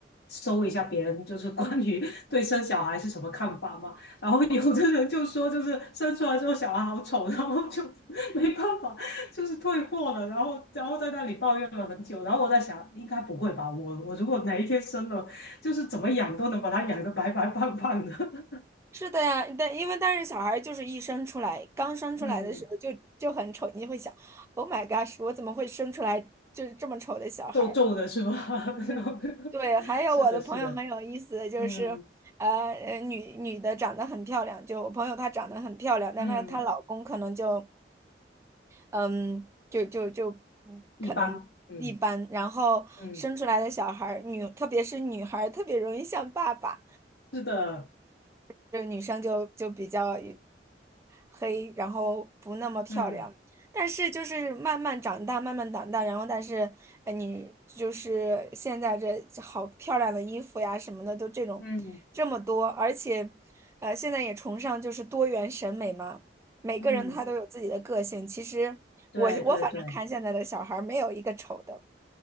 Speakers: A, on the left (about 80°); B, on the right (about 15°).
A: 搜一下别人，就是关于 <laughs> 对生小孩是什么看法嘛。然后有的人就说，就是生出来之后小孩好丑，然后就 <laughs> 没办法，就是退货了，然后然后在那里抱怨了很久。然后我在想，应该不会吧？我我如果哪一天生了，就是怎么养都能把它养得白白胖胖的。
B: 是的呀，但因为但是小孩儿就是一生出来，刚生出来的时候就就很丑，
A: <laughs> 嗯，
B: 你会想，Oh my gosh，我怎么会生出来就是这么丑的小孩儿？
A: 皱皱的是吧？
B: 嗯嗯，
A: <laughs>
B: 对，还有我的朋友很有意思的就是，
A: 是的，是的，嗯
B: 呃，呃女女的长得很漂亮，就我朋友她长得很漂亮，但她她老公可能就，
A: 嗯，
B: 嗯，就就就嗯可能一般，
A: 一般，嗯
B: 然后生出来的小孩儿，
A: 嗯，
B: 女特别是女孩儿特别容易像爸爸，
A: 是的，
B: 这个女生就就比较黑，然后不那么漂亮。
A: 嗯
B: 但是就是慢慢长大，慢慢长大，然后但是，呃你就是现在这好漂亮的衣服呀什么的，都这种这么多，
A: 嗯
B: 而且，呃，现在也崇尚就是多元审美嘛，每个人他都有自己的个性。
A: 嗯，
B: 其实我我反正看现在的小孩儿没有一个丑的，
A: 对对对，